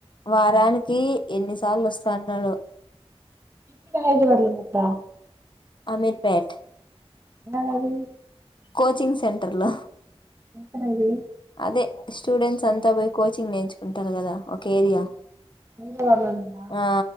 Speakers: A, on the left; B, on the right.
A: వారానికి ఎన్నిసార్లు వస్తన్నాడో
B: ఇన్ని రాయజు వాల అప
A: అమీర్పేట
B: <unintelligible> రాజూ
A: కోచింగ్ సెంటర్లో
B: ఎక్కడది
A: అదే స్టూడెంట్స్ అంత బోయి కోచింగ్ నేర్చుకుంటారు కదా ఒక ఏరియా.
B: హైదరాబాద్ లో ఉన్నావా
A: ఆ